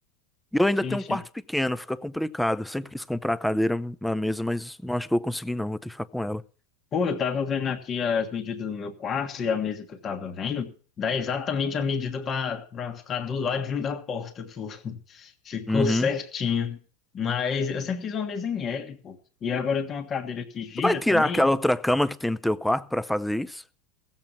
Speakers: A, in the centre; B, on the left (about 30°).
A: E eu ainda
B: Sim,
A: tenho
B: sim.
A: um quarto pequeno, fica complicado. Eu sempre quis comprar a cadeira, uma mesa, mas não acho que eu vou conseguir, não. Vou ter que ficar com ela.
B: Pô, eu tava vendo aqui as medidas do meu quarto e a mesa que eu tava vendo. Dá exatamente a medida pra, pra ficar do ladinho da porta, pô. <laughs> Ficou
A: Uhum.
B: certinho. Mas eu sempre quis uma mesa em L, pô. E agora eu tenho uma cadeira que gira
A: Tu vai tirar
B: também.
A: aquela outra cama que tem no teu quarto pra fazer isso?